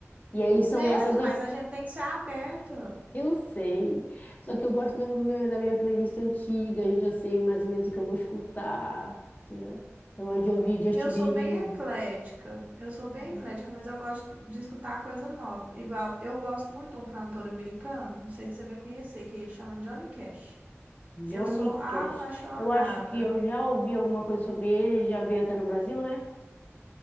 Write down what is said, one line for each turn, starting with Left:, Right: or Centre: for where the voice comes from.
Left: E aí são
Right: Mesmo,
Left: essas. as-
Right: mas a gente tem que ser aberta.
Left: Eu sei. Só que eu gosto mesmo do meu, da minha playlist antiga, eu já sei mais ou menos o que eu vou escutar, entendeu? Eu gosto de ouvir Justin
Right: Eu sou
Left: Bieber.
Right: bem eclética. Eu sou bem
Left: é,
Right: eclética, mas eu gosto de escutar coisa nova. Igual, eu gosto muito de um cantor americano, não sei se você vai conhecer, que ele chama Johnny Cash.
Left: Johnny
Right: Eu sou apaixonada.
Left: Cash. Eu acho que eu já ouvi alguma coisa sobre ele, ele já veio até no Brasil, né?